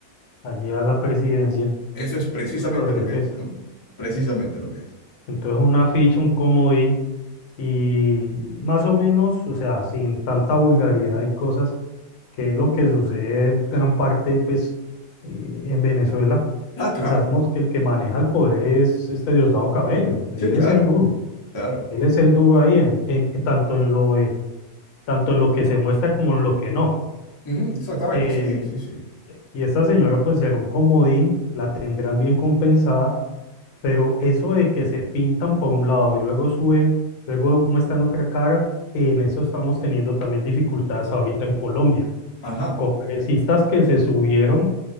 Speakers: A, on the left (about 75°); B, on the left (about 30°).
A: allí a la presidencia
B: Eso es precisamente
A: por
B: lo
A: defecto.
B: que es, ¿no? Precisamente lo que es.
A: Entonces, una ficha, un comodín, y más o menos, o sea, sin tanta vulgaridad y cosas que es lo que sucede en gran parte pues eh, en Venezuela,
B: Ah, claro.
A: que sabemos que el que maneja el poder es este Diosdado Cabello, él
B: Sí, claro.
A: es el duro,
B: Claro.
A: él es el duro ahí en, en- tanto en lo de- tanto en lo que se muestra como en lo que no.
B: Ujú, exactamente,
A: Eh,
B: sí, sí, sí.
A: y esta señora pues será un comodín, la tendrán bien compensada, pero eso de que se pintan por un lado y luego suben, luego muestran otra cara, en eso estamos teniendo también dificultades ahorita en Colombia.
B: Ajá.
A: Congresistas que se subieron